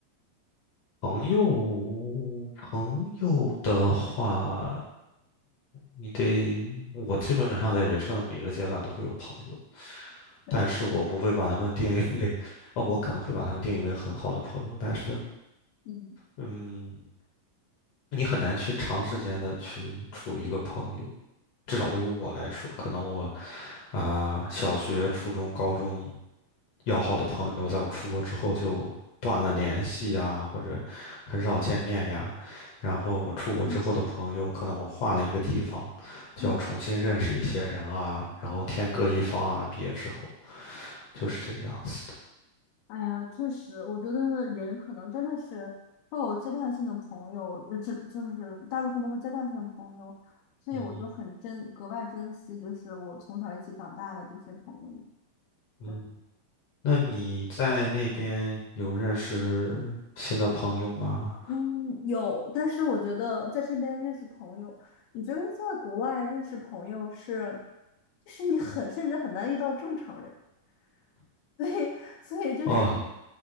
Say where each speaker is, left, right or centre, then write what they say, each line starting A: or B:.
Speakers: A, on the left; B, on the left.
A: 朋友，朋友的话，你得，我基本上在人生的每一个阶段都会有朋友，
B: <laughs>
A: 但是我不会把他们定义为，<laughs> 哦，我可能会把他们定义为很好的朋友，但是，
B: 嗯
A: 嗯。你很难去长时间的去处一个朋友，至少对于我来说，可能我啊、小学、初中、高中要好的朋友，在我出国之后就断了联系呀，或者很少见面呀。然后我出国之后的朋友，
B: 嗯
A: 可能我换了一个地方，就要重新认识一些人啊，
B: 嗯，
A: 然后天各一方啊。毕业之后就是这个样子的。
B: 哎呀，确实，我觉得人可能真的是会有阶段性的朋友，呃，这就是大部分都是阶段性的朋友，所以我就很珍，
A: 嗯嗯
B: 格外珍惜，就是我从小一起长大的这些朋友们。
A: 嗯，
B: 对
A: 那你在那边有认识新的朋友吗？
B: 嗯，有，但是我觉得在这边认识朋友，你觉得在国外认识朋友是，就是你很，甚至很难遇到正常人。<laughs> 所以所以就是
A: 哦，